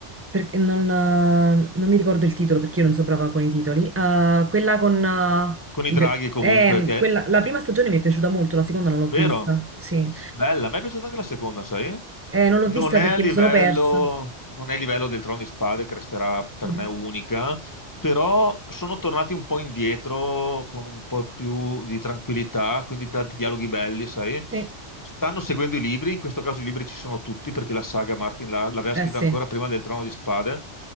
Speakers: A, on the right; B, on the left.
A: Perché non, eh, non mi ricordo il titolo perché io non so brava con i titoli. Eh, quella con eh,
B: Con i draghi
A: i dra-
B: comunque,
A: eh,
B: che
A: quella-
B: è-
A: la prima stagione mi è piaciuta molto, la seconda non l'ho
B: Vero?
A: vista. Sì.
B: Bella, a me è piaciuta anche la seconda, sai?
A: Eh, non l'ho
B: Non
A: vista
B: è
A: perché
B: a livello,
A: mi sono persa.
B: non è a livello del Trono di Spade, che resterà per
A: Mhm.
B: me unica, però sono tornati un po' indietro con un po' più di tranquillità, quindi tanti dialoghi belli, sai?
A: Sì.
B: Stanno seguendo i libri, in questo caso i libri ci sono tutti perché la saga Martin la- l'aveva
A: Eh
B: scritta
A: sì.
B: ancora prima del Trono di Spade,